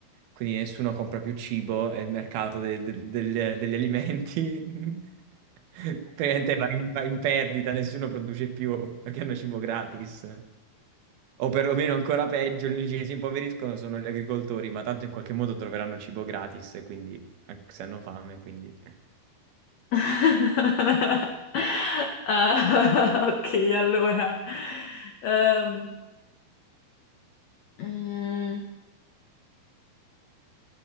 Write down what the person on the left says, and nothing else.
<laughs> Ah, <laughs> ok, allora. Ehm, mm,